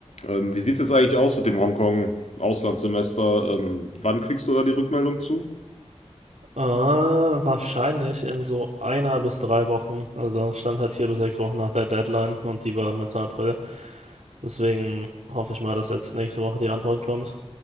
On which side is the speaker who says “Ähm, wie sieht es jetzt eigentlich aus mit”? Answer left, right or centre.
Left